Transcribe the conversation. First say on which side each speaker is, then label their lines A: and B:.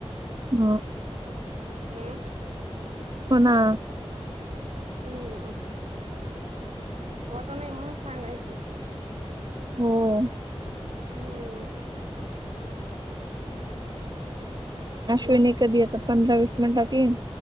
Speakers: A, on the right; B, on the right.
A: हा...
B: हम्म....
A: हो ना....
B: हम्म.... फोटो नाही म्हणून सांगायचे....
A: हो....
B: हम्म....
A: अश्विनी
B: मग
A: कधी येता पंधरा वीस मिनिटात येईन